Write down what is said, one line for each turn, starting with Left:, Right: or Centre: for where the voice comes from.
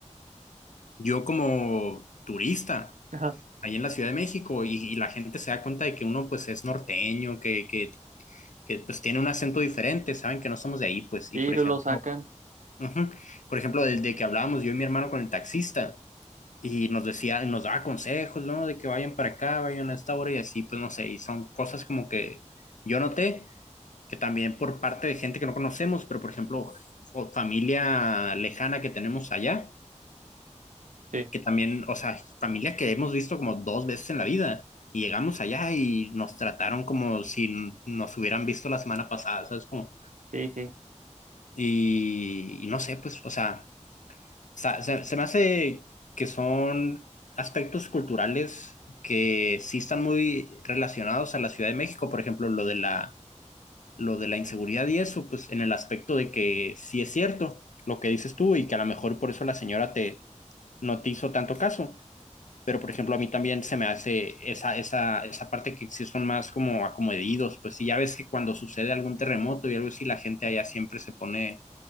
Left: yo como turista
Right: Ajá.
Left: ahí en la Ciudad de México y, y la gente se da cuenta de que uno pues es norteño, que, que que pues tiene un acento diferente, saben que no somos de ahí, pues, y
Right: Y
Left: por
Right: lo
Left: ejemplo,
Right: lo sacan.
Left: ujú, por ejemplo, del de que hablábamos yo y mi hermano con el taxista, y nos decía, nos daba consejos, ¿no? De que vayan para acá, vayan a esta hora y así, pues no sé, y son cosas como que yo noté que también por parte de gente que no conocemos, pero por ejemplo, o familia lejana que tenemos allá,
Right: Sí,
Left: que también, o sea, familia que hemos visto como dos veces en la vida. Y llegamos allá y nos trataron como si nos hubieran visto la semana pasada, ¿sabes? Como,
Right: sí, sí,
Left: Y, y no sé, pues, o sea, sa- se, se me hace que son aspectos culturales que sí están muy relacionados a la Ciudad de México, por ejemplo, lo de la, lo de la inseguridad y eso, pues en el aspecto de que sí es cierto lo que dices tú y que a lo mejor por eso la señora te, no te hizo tanto caso, pero por ejemplo a mí también se me hace esa, esa, esa parte que sí son más como acomedidos, pues si ya ves que cuando sucede algún terremoto y algo así, la gente allá siempre se pone